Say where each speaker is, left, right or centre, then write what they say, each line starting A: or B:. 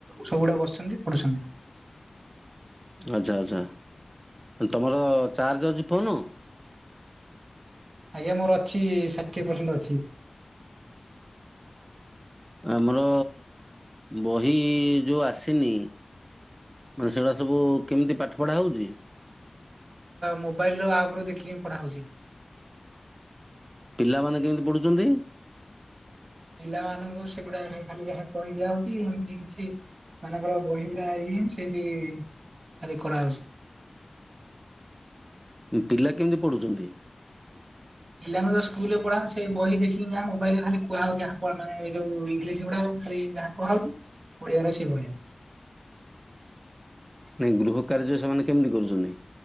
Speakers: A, on the right; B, on the right.
A: ସବୁ ଗୁଡା ବସିଛନ୍ତି ପଢୁଛନ୍ତି।
B: ଆଚ୍ଛା ଆଚ୍ଛା ତମର ଚାର୍ଜ ଅଛି ଫୋନ୍।
A: ଆଜ୍ଞା ମୋର ଅଛି ଷାଠିଏ ପରସେଣ୍ଟ ଅଛି।
B: ଆମର ବହି ଯୋଉ ଆସିନି। ମାନେ ସେଗୁଡ଼ା ସବୁ କେମିତି ପାଠ ପଢ଼ା ହଉଚି।
A: ମୋବାଇଲ ର ଆପ ରୁ ଦେଖିକି ପଢା ହଉଛି।
B: ପିଲାମାନେ କେମିତି ପଢୁଛନ୍ତି।
A: ପିଲାମାନାନଙ୍କୁ ସେଗୁଡା ଖାଲି ଯାହା କହିଦିଆ ହଉଛି ଏମିତି କିଛି ମାନଙ୍କର ବହି ଗୁଡା ଏଇ ହିଁ ସେମତି ଖାଲି କରା ହଉଛି।
B: ପିଲା କେମିତି ପଢ଼ୁଛନ୍ତି।
A: ପିଲାଙ୍କୁ ଯୋଉ ସ୍କୁଲ ରେ ପଢାହଉଛି ସେ ବହି ଦେିଖିକି ଯାହା ମୋବାଇଲ ରେ ଖାଲି କୁହା ଯାଉଛି ହପୁଆ ମାନେ ଏଯୋଊ ଇଂଲିଶ ଉଡା ଖାଲି ଯାହା କୁହା ହଉଛି ଓଡିଆର ସେ ଭଳିଆ <unintelligible>
B: ନାଇଁ ଗୃହ କାର୍ଯ୍ୟ ସେମାନେ କେମିତି କରୁଛନ୍ତି।